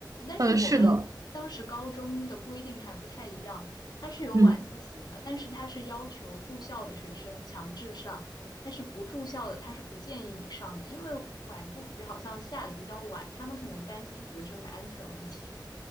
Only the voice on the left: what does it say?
但是我们当时高中的规定还不太一样，
它是有晚自习的，
但是它是要求住校的学生强制上，但是不住校的他是不建议你上的，因为晚自习好像下的比较晚，他们可能担心学生的安全问题。